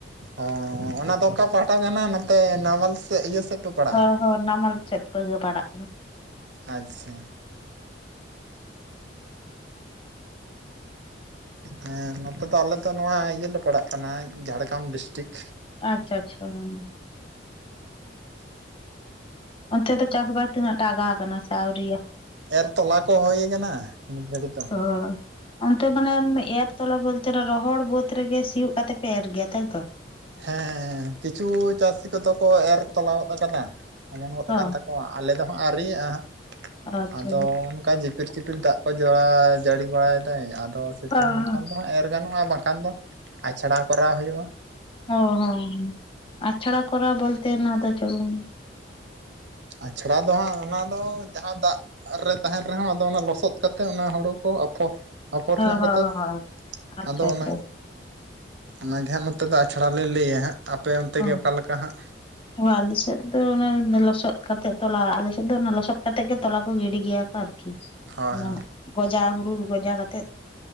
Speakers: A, on the right; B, on the left.
A: ᱚ ᱚᱱᱟ ᱫᱚ ᱚᱠᱟ ᱯᱟᱦᱴᱟ ᱠᱟᱱᱟ᱾ ᱱᱚᱛᱮ ᱱᱟᱢᱟᱞ ᱥᱮᱫ ᱤᱭᱟᱹ ᱥᱮᱫ ᱯᱮ ᱯᱟᱲᱟᱜᱼᱟ
B: ᱦᱳᱭ ᱦᱳᱭ ᱱᱟᱢᱟᱞ ᱥᱮᱫ ᱵᱟᱹᱜᱟᱹ ᱯᱟᱲᱟᱜ ᱠᱟᱱᱟ᱾
A: ᱟᱪᱪᱷᱟ ᱦᱮᱸ ᱱᱚᱛᱮ ᱫᱚ ᱟᱞᱮ ᱫᱚ ᱱᱚᱣᱟ ᱤᱭᱟᱹᱞᱮ ᱯᱟᱲᱟᱜ ᱠᱟᱱᱟ ᱡᱷᱟᱲᱜᱨᱟᱢ ᱰᱤᱥᱴᱤᱠ ᱴᱷᱤᱠ
B: ᱟᱪᱪᱷᱟ ᱟᱪᱪᱷᱟ ᱦᱩᱸ᱾ ᱚᱱᱛᱮ ᱫᱚ ᱪᱟᱥᱵᱟᱥ ᱛᱤᱱᱟᱹᱜ ᱴᱟᱜᱟᱣ ᱟᱠᱟᱱᱟ ᱥᱮ ᱟᱹᱣᱨ
A: ᱮᱨ ᱛᱚᱞᱟ ᱠᱚ ᱦᱩᱭ ᱠᱟᱱᱟ ᱢᱤᱫ ᱜᱷᱟᱹᱲᱤᱡ ᱫᱚ
B: ᱦᱳᱭ ᱚᱱᱛᱮ ᱢᱟᱱᱮ ᱮᱨ ᱛᱚᱞᱟ ᱵᱚᱞᱛᱮ ᱨᱚᱦᱚᱲ ᱵᱟᱹᱫᱽ ᱨᱮᱜᱮ ᱥᱤᱭᱳᱜ ᱠᱟᱛᱮ ᱯᱮ ᱮᱨ ᱜᱮᱭᱟ ᱛᱟᱭᱛᱚ
A: ᱦᱮᱸ ᱠᱤᱪᱷᱩ ᱪᱟᱹᱥᱤ ᱠᱚᱫᱚ ᱠᱚ ᱮᱨ ᱛᱞᱟᱚᱫ ᱟᱠᱟᱫᱟ᱾ ᱚᱢᱚᱱ ᱜᱚᱫ
B: ᱦᱚᱸ
A: ᱟᱠᱟᱱ ᱛᱟᱠᱚᱣᱟ ᱟᱞᱮ ᱫᱚ ᱦᱟᱸᱜ ᱟᱹᱣᱤᱭᱮᱜᱼᱟ᱾ ᱦᱜ
B: ᱟᱪᱪᱷᱟ
A: ᱟᱫᱚ
B: ᱜᱮ᱾
A: ᱚᱱᱠᱟ ᱡᱤ ᱪᱤᱯᱤᱨ ᱪᱤᱯᱤᱞ ᱫᱟᱜ ᱠᱚ ᱡ ᱡᱟᱹᱲᱤ ᱵᱟᱲᱟᱭᱮᱫᱟᱭ ᱟᱫᱚ ᱥᱤᱛᱩᱝ
B: ᱦᱚᱸ
A: ᱡᱚᱠᱷᱚᱱ
B: ᱦᱚᱸ᱾
A: ᱫᱚ ᱦᱟᱸᱜ ᱮᱨ ᱜᱟᱱᱚᱜᱼᱟ ᱵᱟᱝ᱾ ᱠᱟᱱ ᱫᱚ ᱟᱪᱷᱟᱲᱟ ᱠᱚᱨᱟᱣ ᱦᱩᱭᱩᱜᱼᱟ᱾
B: ᱚ ᱦᱚᱸ ᱟᱪᱷᱟᱲᱟ ᱠᱚᱨᱟᱣ ᱵᱚᱞᱛᱮ ᱚᱱᱟ ᱫᱚ ᱪᱟᱞᱩ
A: ᱟᱪᱷᱟᱲᱟ ᱫᱚ ᱦᱟᱸᱜ ᱚᱱᱟ ᱫᱚ ᱡᱟᱦᱟᱸ ᱫᱟᱜ ᱨᱮ ᱛᱟᱦᱮᱱ ᱨᱮᱦᱚᱸ ᱟᱫᱚ ᱚᱱᱟ ᱞᱚᱥᱚᱫ ᱠᱟᱛᱮ ᱚᱱᱟ ᱦᱩᱲᱩ ᱠᱚ ᱟᱯᱷᱚᱨ
B: ᱦᱚᱸ
A: ᱧᱚᱜ
B: ᱦᱚᱸ
A: ᱠᱟᱛᱮ
B: ᱦᱚᱸ ᱟᱪᱪᱷᱟ
A: ᱟᱫᱚ
B: ᱟᱪᱪᱷᱟ
A: ᱚᱱᱟ ᱚᱱᱟᱜᱮ ᱦᱟᱸᱜ ᱱᱚᱛᱮ ᱫᱚ ᱟᱪᱷᱟᱲᱟ ᱞᱮ ᱞᱟᱹᱭᱟ ᱦᱟᱸᱜ ᱟᱯᱮ ᱚᱱᱛᱮ ᱜᱮ
B: ᱚ
A: ᱚᱠᱟ ᱞᱮᱠᱟ ᱦᱟᱸᱜ
B: ᱦᱚᱞ ᱥᱮ ᱫᱚ ᱚᱱᱟ ᱞᱚᱥ ᱞᱚᱥᱚᱫ ᱠᱟᱛᱮᱫ ᱛᱚᱞᱟ ᱟᱞᱮᱥᱮᱫ ᱫᱚ ᱚᱱᱟ ᱞᱚᱥᱚᱫ ᱠᱟᱛᱮᱮᱫ ᱜᱮ ᱛᱚᱞᱟ ᱠᱚ ᱜᱤᱰᱤ ᱜᱮᱭᱟ ᱠᱚ ᱟᱨᱠᱤ᱾ ᱟᱨ
A: ᱦᱳᱭ
B: ᱚᱱᱟ
A: ᱦᱳᱭ
B: ᱜᱚᱡᱟ ᱦᱩᱲᱩ ᱜᱚᱡᱟ ᱠᱟᱛᱮᱫ